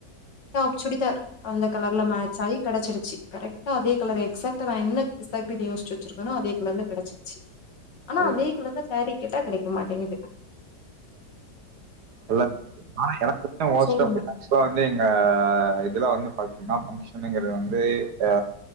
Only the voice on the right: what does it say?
ஓ!
இல்ல ஆ எனக் <unintelligible> மோஸ்ட்
ஆஃப் தி டைம்ஸ்ல வந்து எங்க இதுல வந்து ஃப என்னா ஃபங்ஷனுங்கறது வந்து அ